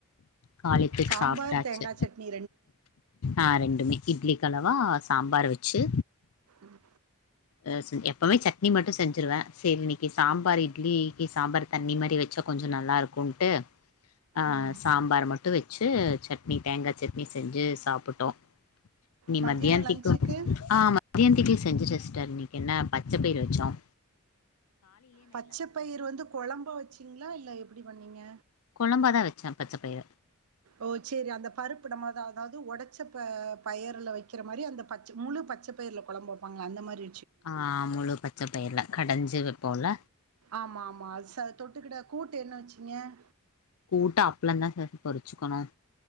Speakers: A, on the left; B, on the right.
A: காலத்துக்கு
B: சாம்பார்,
A: சாப்பிட்டாச்சு
B: தேங்கா சட்னி
A: ஆ ரெண்டுமே இட்லிக்கு கலவா சாம்பார் வச் ட்சு
B: ம்
A: அ எப்பவுமே சட்னி மட்டு செஞ்சிருவே சேரி இன்னைக்கு சாம்பார் இட்லிக்கு சாம்பார் தண்ணி மாரி வச்சா கொஞ்சோ நல்லா இருக்கும்ட்டு ஆ
B: ம்.
A: சாம்பார் மட்டு வச்சு சட்னி தேங்கா சட்னி செஞ்சு சாப்பட்டோ நீ
B: மத்தியானோ
A: மத்தியானத்துக்கு
B: லன்ச்சுக்கு
A: ஆ மத்தியானத்துக்கு செஞ்சுட்டு இன்னைக்கு என்ன பச்சைப்பயர் வச்சோம்
B: பச்சப்பயிர் வந்து குழம்ப வச்சீங்களா இல்ல எப்படி பண்ணீங்க
A: கொழம்பாதான் வச்சேன் பச்ச பயிர
B: ஓ சேரி அந்த பருப்பு நம்ம அதாவது உடைச்ச பயர்ல வைக்கிற மாதிரி அந்த பச்சை முழு பச்சை பயர்ல குழம்பு வைப்பாங்கள அந்த மாதிரி
A: ஆஹ் முழு பச்சை பயர்ல கடஞ்சு இது வைப்போம்ல
B: ஆமா ஆமா ஸ தொட்டுக்கிட்ட கூட்டு என்ன வச்சு ஏன்
A: கூட்டு அப்புளந்தான் செஞ்சு பொறிச்சுக்கணும்